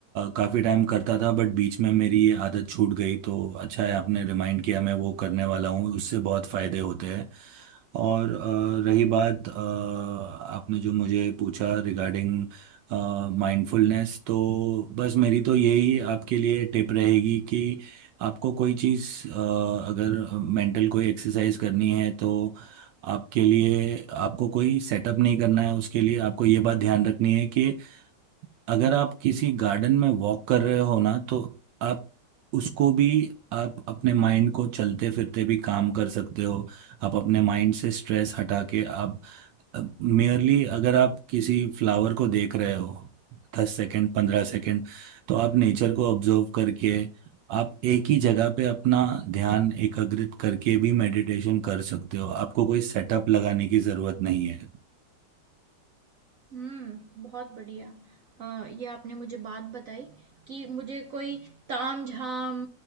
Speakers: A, on the right; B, on the right.
A: काफ़ी टाइम करता था बट बीच में मेरी ये आदत छूट गई तो अच्छा है आपने रिमाइंड किया मैं वो करने वाला हूँ उससे बहुत फ़ायदे होते हैं और अ, रही बात अ, आपने जो मुझे पूछा रिगार्डिंग माइंडफुलनेस तो बस मेरी तो यही आपके लिए टिप रहेगी कि आपको कोई चीज़ अ, अगर मेंटल कोई एक्सरसाइज करनी है तो आपके लिए आपको कोई सेटअप नहीं करना है उसके लिए आपको ये बात ध्यान रखनी है कि अगर आप किसी गार्डन में वॉक कर रहे हो ना, तो आप उसको भी आप अपने माइंड को चलते-फिरते भी काम कर सकते हो। आप अपने माइंड से स्ट्रेस हटा के आप अ, मेयरली अगर आप किसी फ्लावर को देख रहे हो, 10 सेकंड, 15 सेकंड, तो आप नेचर को ऑब्ज़र्व करके आप एक ही जगह पे अपना ध्यान एकाग्रित करके भी मेडिटेशन कर सकते हो। आपको कोई सेटअप लगाने की ज़रूरत नहीं है।
B: हुँ, बहुत बढ़िया। अ, ये आपने मुझे बात बताई कि मुझे कोई तामझाम